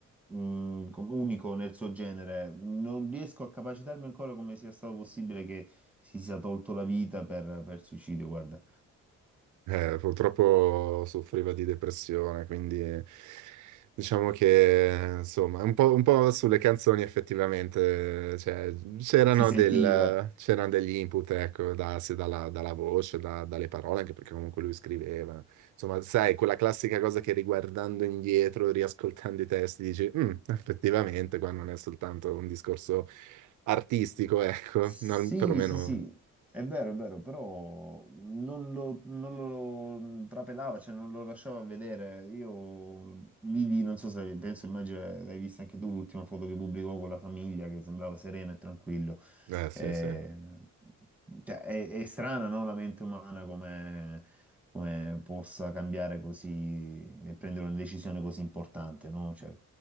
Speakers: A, in the centre; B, on the right.
A: mm, com- unico nel suo genere. Non riesco a capacitarmi ancora come sia stato possibile che si sia tolto la vita per, per suicidio, guarda.
B: Eh, purtroppo soffriva di depressione, quindi diciamo che insomma, un po', un po' sulle canzoni effettivamente, cioè, c'erano
A: Si sentiva.
B: del- c'erano degli input, ecco, da- se dalla, dalla voce, da- dalle parole, anche perché comunque lui scriveva. Insomma, sai, quella classica cosa che riguardando indietro, riascoltando i testi, dici, "Mm, effettivamente, qua non è soltanto un discorso artistico, ecco,
A: Sì,
B: non- perlomeno...
A: sì, sì, è vero, è vero, però non lo, non lo trapelava, cioè non lo lasciava vedere. Io vidi, non so se penso, immagino l'hai vista anche tu, l'ultima foto che pubblicò con la famiglia, che sembrava sereno e tranquillo.
B: Eh sì,
A: Eh,
B: sì,
A: cioè, è, è strana, no? La mente umana come, come possa cambiare così e prendere una decisione così importante, no? Cioè,